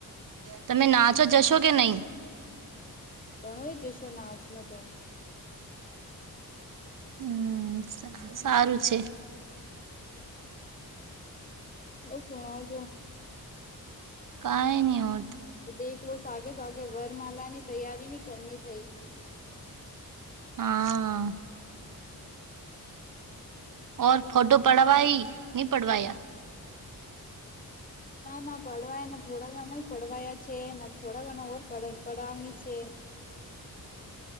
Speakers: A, on the right; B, on the left.
A: તમે નાચો જશો કે નહી.
B: ઘણોય જસો નાચ ને તો.
A: હમ્મ સારું છે.
B: ઓ સોના જો
A: કઈ ની હો
B: તો દેખ લોસ સાગે સાગે વરમાલા ની તૈયારી ની કર ની થઈ.
A: હા. ઓર ફોટો પડવાઈ ની પડવાયા.
B: ના ના પડવાયને થોડા ઘણા જ પડવાયા છે ને થોડા ઘણા ઓર પડ પડવાની છે.